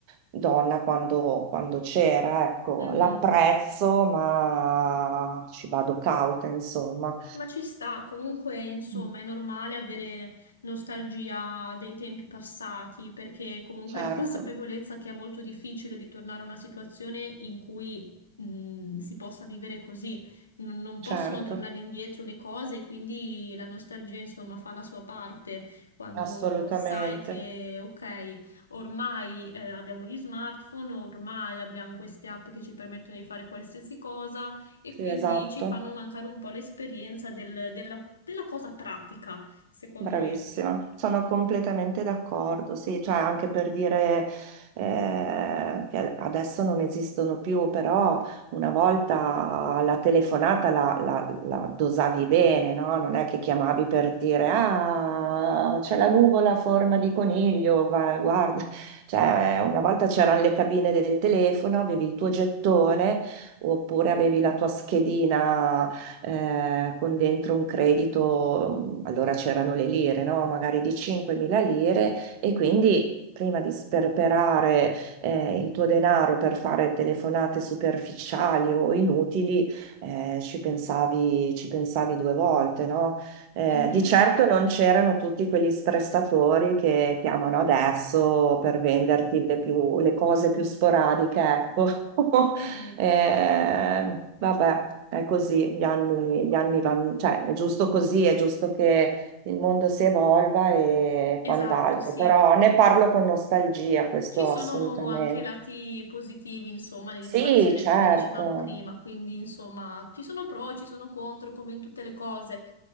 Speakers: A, on the right (about 45°); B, on the left (about 75°).
A: donna quando, quando c'era. Ecco,
B: Mhm.
A: l'apprezzo, ma ci vado cauta, insomma.
B: Ma ci sta, comunque, insomma,
A: Mm.
B: è normale avere nostalgia dei tempi passati, perché comunque
A: Certo,
B: la <laughs> consapevolezza che è molto difficile ritornare a una situazione in cui mh, si possa vivere così. Non, non
A: certo,
B: possono tornare indietro le cose, quindi la nostalgia, insomma, fa la sua parte quando
A: assolutamente.
B: sai che, ok, ormai eh, abbiamo gli smartphone, ormai abbiamo queste app che ci permettono di fare qualsiasi cosa e quindi
A: Sì, esatto.
B: ci fanno mancare un po' l'esperienza del- della, della cosa pratica, secondo
A: Bravissima,
B: me.
A: sono completamente d'accordo, sì, cioè anche per dire eh, che adesso non esistono più, però una volta la telefonata la, la- la dosavi bene, no? Non è che chiamavi per dire ah, c'è la nuvola a forma di coniglio, va- guarda, cioè una volta c'erano le cabine del telefono, avevi il tuo gettone oppure avevi la tua schedina eh, con dentro un credito, mm, allora c'erano le lire, no? Magari di 5.000 lire e quindi... Prima di sperperare eh, il tuo denaro per fare telefonate superficiali o inutili, eh, ci pensavi, ci pensavi due volte, no? Eh,
B: Mhm,
A: di certo non c'erano tutti quegli stressatori che chiamano adesso per venderti le, più- le cose più sporadiche, ecco. <laughs>
B: mhm.
A: Eh, vabbè. È così, gli anni, gli anni vanno, cioè è giusto così, è giusto che il mondo si evolva e
B: Esatto,
A: quant'altro,
B: sì.
A: però ne parlo con nostalgia, questo
B: Ci sono
A: assolutamente.
B: anche lati positivi, insomma, nell'innovazione,
A: Sì, certo,
B: come dicevamo prima, quindi, insomma, ci sono pro, ci sono contro, come in tutte le cose.